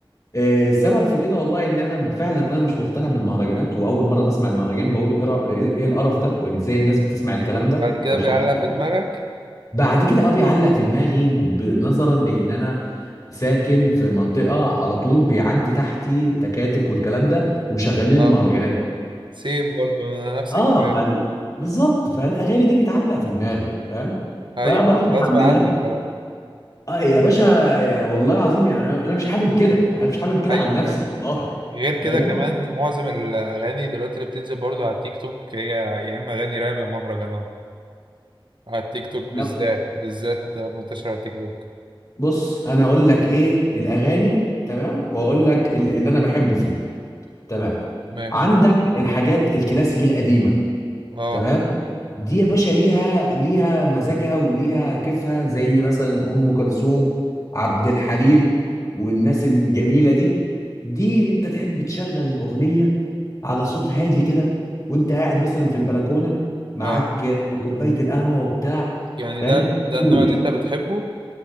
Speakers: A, on the left; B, on the right.
A: إيه السبب في كده والله ان انا فعلا انا مش مقتنع بالمهرجانات واول مره بسمع المهرجان بقول ايه را- إيه القرف ده وان ازاي الناس بتسمع الكلام ده
B: بعد كده
A: والحوار
B: بيعلق
A: ده.
B: في دماغك
A: بعد كده اه بيعلق في دماغي ب- نظرا لان انا ساكن في منطقه على طول بيعدي تحتي تكاتك والكلام ده ومشغلين
B: اه
A: المهرجانات دي
B: سيم برضو انا نفس
A: اه
B: الكلام
A: فال بالظبط فالاغاني دي بتعلق في دماغي فاهم
B: ايوه
A: فبروح محملها
B: غصب عنك خلاص
A: اه يا باشا يا والله العظيم يعني انا أنا مش حابب كده يعني أنا مش حابب كده
B: ايوه
A: عن نفسي
B: ايوه.
A: والله
B: غير كده
A: فاهم
B: كمان معظم الأغاني دلوقتي اللي بتنزل برضو على التيك توك هي يا إما أغاني راب يا مهرجانات على التيك توك بالذات
A: لا
B: بالذات ده منتشر على التيك توك
A: بص انا اقول لك ايه الاغاني تمام واقول لك اللي اللي انا بحبه فيه تمام
B: ماشي
A: عندك الحاجات الكلاسيك القديمه
B: اه
A: تمام دي يا باشا ليها ليها مزاجها وليها كيفها زي مثلا ام كلثوم عبد الحليم والناس الجميله دي دي انت تحب تشغل الاغنيه على صوت هادي كده وانت قاعد مثلا في البلكونه معاك
B: اه
A: كوبايه القهوه وبتاع
B: يعني
A: فاهم
B: ده ده
A: مود.
B: النوع اللي أنت بتحبه